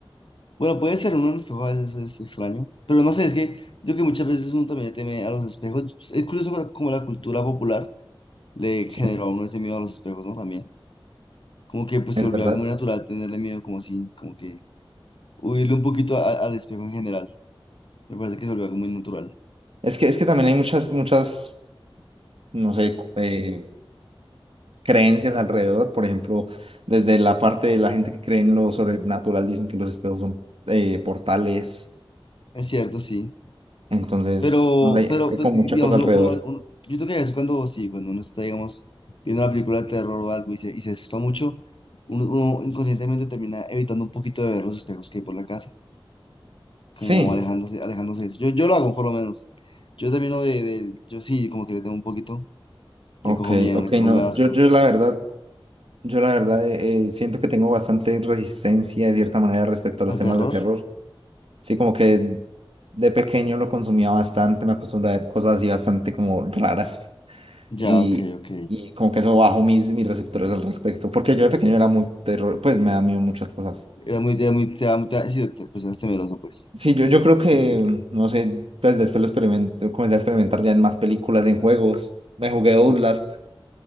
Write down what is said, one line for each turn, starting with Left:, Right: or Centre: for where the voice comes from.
Left: Bueno, puede ser, uno en el espejo a veces es extraño, pero no sé, es que yo que muchas veces uno también le teme a los espejos, es curioso como como la cultura popular le
Right: sí,
Left: generó a uno ese miedo a los espejos, ¿no? También, como que pues
Right: es
Left: se volvió
Right: verdad.
Left: algo muy natural tenerle miedo, como así, como que huirle un poquito a- al espejo en general, me parece que se volvió algo muy natural.
Right: Es que, es que también hay muchas, muchas, no sé, cu- eh, creencias alrededor, por ejemplo, desde la parte de la gente que cree en lo sobrenatural, dicen que los espejos son eh, portales,
Left: Es cierto, sí.
Right: entonces,
Left: Pero,
Right: no sé,
Left: pero
Right: hay
Left: pues,
Right: como
Left: digamos,
Right: mucha cosa
Left: uno,
Right: alrededor.
Left: uno- uno- yo creo que a veces cuando, sí, cuando uno está, digamos, viendo una película de terror o algo y se, y se asusta mucho, uno, uno inconscientemente termina evitando un poquito de ver los espejos que hay por la casa,
Right: Sí.
Left: como alejándose, alejándose de eso. Yo, yo lo hago, por lo menos. Yo termino de, de- yo sí, como que le tengo un poquito,
Right: Ok,
Left: le cojo miedo,
Right: ok,
Left: le cojo
Right: no,
Left: miedo a las
Right: yo,
Left: cosas.
Right: yo la verdad, yo la verdad eh, eh, siento que tengo bastante resistencia de cierta manera respecto a
Left: ¿Al
Right: los temas
Left: terror?
Right: de terror. Sí, como que de pequeño lo consumía bastante, me acostumbré a ver cosas así bastante como raras
Left: Ya,
Right: y,
Left: ok, ok.
Right: y como que eso bajó mis, mis receptores al respecto, porque yo de pequeño era muy terror, pues me da miedo muchas cosas.
Left: Era muy, era muy, te, da- te, da- sí, te- pues eras temeroso, pues,
Right: Sí, yo, yo creo que,
Left: sí decirlo.
Right: no sé, pues después lo experimento, comencé a experimentar ya en más películas, en juegos, me jugué Outlast,
Left: O,